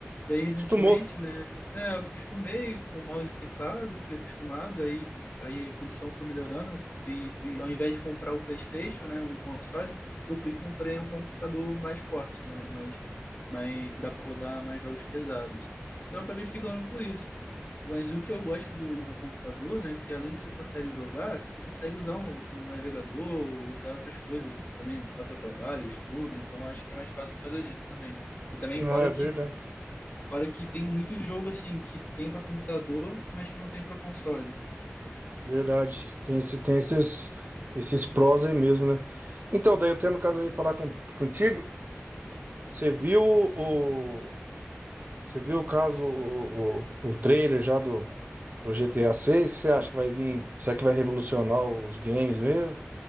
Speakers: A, on the left; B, on the right.
A: Daí, recentemente,
B: Acostumou.
A: né, é, eu acostumei com mouse e teclado, fiquei acostumado, aí, aí a condição foi melhorando, eu fui, fui, ao invés de comprar o PlayStation, né, o console, eu fui e comprei um computador mais forte, né, mais, mais, que dá para rodar mais jogos pesados. Então, eu acabei ficando por isso. Mas o que eu gosto do, do computador, né, que além de você consegue jogar, você consegue usar o, o navegador, usar outras coisas também, passar trabalho, estudo, então acho que é mais fácil por causa disso também. E também
B: Não,
A: fora
B: é verdade.
A: que Fora que tem muito jogo assim que tem para computador, mas que não tem para console.
B: Verdade. Tem, esse, tem esses, esses prós aí mesmo, né? Então, daí eu tenho no caso aí falar com, contigo. Você viu o, o- você viu o caso, o, o, o trailer já do, do GTA 6? O que você acha que vai vir? Será que vai revolucionar os games mesmo?